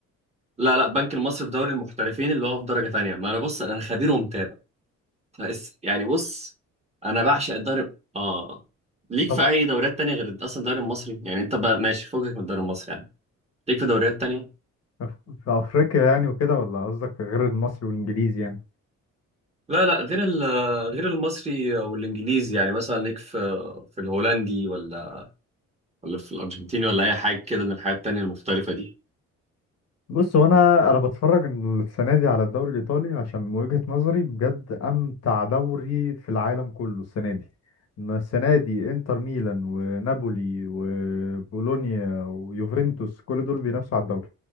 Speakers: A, on the right (about 20°); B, on the left (about 55°).
A: لا لا بنك المصري في دوري المحترفين اللي هو في درجة تانية ما انا بص انا خبير ومتابع بس يعني بص انا بعشق الدوري اه ليك
B: طب
A: في اي دوريات تانية غير اصلا الدوري المصري يعني انت بقى ماشي فوقك من الدوري المصري يعني ليك في دوريات تانية
B: أف- في افريقيا يعني وكده ولا قصدك في غير المصري والانجليزي يعني
A: لا لا غير ال- غير المصري والانجليزي يعني مثلا ليك في في الهولندي ولا ولا في الارجنتيني ولا اي حاجة كده من الحاجات التانية المختلفة دي
B: بص هو انا انا بتفرج السنه دي على الدوري الايطالي عشان من وجهه نظري بجد امتع دوري في العالم كله السنه دي ما السنه دي انتر ميلان ونابولي وبولونيا ويوفنتوس كل دول بينافسوا على الدوري